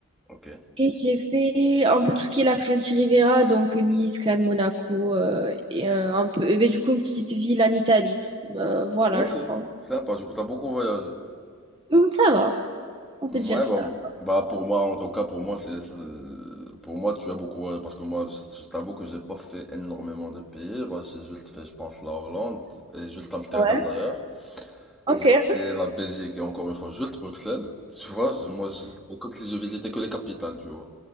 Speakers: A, in the centre; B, on the right.
A: ok,
B: et j'ai fait un peu tout ce qui est la French Riviera, donc Nice, Cannes, Monaco, euh, et euh, un peu, et ben, du coup, une petite ville en Italie. Euh, voilà,
A: ok.
B: je crois.
A: Sympa, du coup, t'as beaucoup voyagé.
B: Hum, ça va, on
A: Ouais,
B: peut dire
A: bah,
B: ça.
A: m- bah, pour moi, en tout cas, pour moi, c'est, c'est- pour moi, tu as beaucoup voyagé parce que moi, je, je t'avoue que j'ai pas fait énormément de pays. Bah, j'ai juste fait, je pense, la Hollande et juste Amsterdam
B: Ouais,
A: d'ailleurs.
B: ok,
A: J'ai fait
B: ouais.
A: la Belgique et encore une fois, juste Bruxelles. Tu vois, je- moi, je- c'est comme si je visitais que les capitales, tu vois.